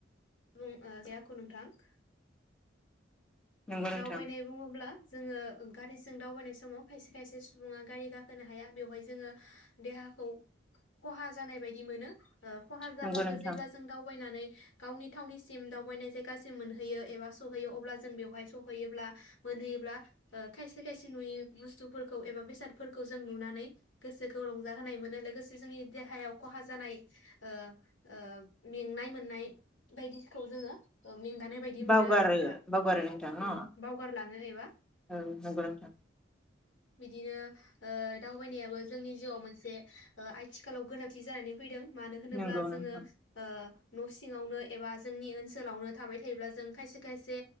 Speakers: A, on the left (about 75°); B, in the centre.
A: बुं ओ आखु नोंथां‌‌‍‌‌। ‌‌
B: नंगौ नोंथां
A: दावबायनाय बुङोब्ला‌ जोङो गारिजों दावबायनाय समाव खायसे खायसे सुबुङा गारि गाखोनो हाया बेवहाय जोङो देहाखौ खहा जानाय बायदि मोनो। ओ खहा जाब्लाबो
B: नंगौ नोंथां
A: जेब्ला जों दावबायनानै गावनि थावनिसिम दावबायनाय जायगासिम मोनहैयो एबा सहैयो अब्ला जों बेवहाय सहैयोब्ला मोनहैयोब्ला ओ खायसे खायसे नुयै बुस्थुफोरखौ एबा बेसादफोरखौ जों नुनानै गोसोखौ रंजाहोनाय मोनो लोगोसे जोंनि देहायाव खहा जानाय ओ ओ मेंनाय मोननाय बायदिखौ जोङो ओ मेंगानाय बायदि
B: बावगारो
A: मोनो आरो नोंथां
B: बावगारो नोंथां।
A: उम
B: औ
A: बावगारलाङो एबा
B: औ नंगौ नोंथां।
A: बिदिनो ओ दावबायनायाबो जोंनि जिउआव मोनसे ओ आथिखालाव गोनांथि जानानै फैदों। मानो होनोब्ला
B: नंगौ
A: जोङो
B: नोंथां
A: ओ न' सिङावनो एबा जोंनि ओनसोलावनो थाबाय थायोब्ला जों खायसे खायसे